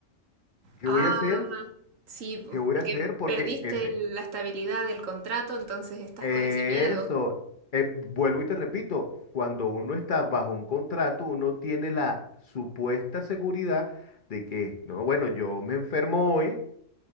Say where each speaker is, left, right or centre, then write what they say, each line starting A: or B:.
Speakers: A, on the left; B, on the right.
A: ¿Qué
B: Ah,
A: voy a hacer?
B: sí, po,
A: ¿Qué voy
B: porque
A: a hacer? Porque
B: perdiste
A: ese,
B: el- la estabilidad del contrato, entonces estás
A: eso,
B: con ese miedo.
A: eh, vuelvo y te repito, cuando uno está bajo un contrato, uno tiene la supuesta seguridad de que, no, bueno, yo me enfermo hoy.